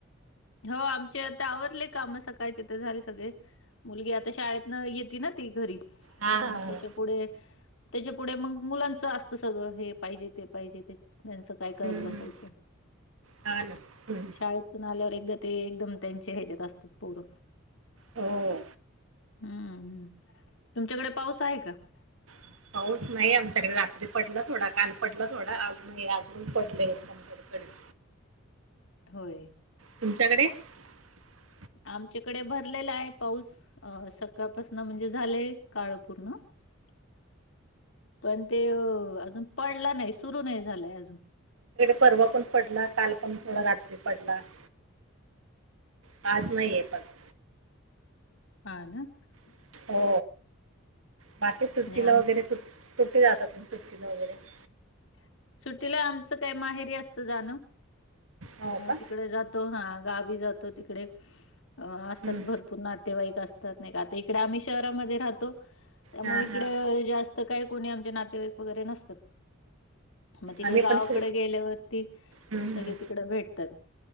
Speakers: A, on the left; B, on the right.
A: हो आमचे आता आवरले काम सकाळचे तर झाले सगळे. मुलगी आता शाळेत न येतती ना ती घरी
B: हा
A: मग
B: हा हा.
A: त्याच्या पुढे <inaudible> त्याच्या पुुढे मग मुलांच असत सगळं हे पाहिजे ते पाहिजे ते त्यांचं काय करत
B: हम्म
A: बसायचं
B: हम्म हा ना. हम्म
A: <inaudible> शाळेतून आल्यावर एकदा ते एकदम त्यांचे ह्याच्यात असतात पूर
B: हो.
A: हम्म हम् <inaudible> तुमच्याकडे पाऊस आहे का <inaudible>
B: <inaudible> पाऊस नाही आमच्याकडे रात्री पडलं थोडा काल पडलं थोडा आज नाही आजून पडलं एकदमकडे करड <inaudible>
A: <inaudible> होय..
B: तुमच्याकडे <inaudible>
A: <inaudible> आमच्याकडे भरलेला आहे पाऊस. अ सकाळपासन म्हणजे झालेय काळ पूर्ण <inaudible> <inaudible> पण ते अजून पडलं नाही सुरू नाही झालंय अजून
B: पर्व पण पडला काल पण थोडा रात्री पडला <inaudible> पाज नाही ये पण <inaudible>
A: ह ना <inaudible>
B: <inaudible> हो बाकी सुट्टीला
A: नाही आम
B: वगैरे खुठ. सुे जातातुम्ही सुट्टकीन वगैरे <inaudible>
A: <inaudible> सुटीला आमचं काय माहेरी असत जाण
B: हो का?
A: तिकडे जातो हा गा. <inaudible> जातो तिकडे असतात
B: हम्म.
A: भरपूर नातेवाईक असतात. इडे आम्ही शहरामध्ये राहतो त्यामुळे
B: हा
A: इडे
B: हा
A: जास्त काही कोणी आमचे नातेवाईक वगैरे नसतात <inaudible> मग तिकडे
B: आम्ही
A: गावाकडे
B: पण श
A: गेल्यावरती <inaudible>
B: हम्म
A: सगळे
B: हम्म
A: तिकड भेटतात.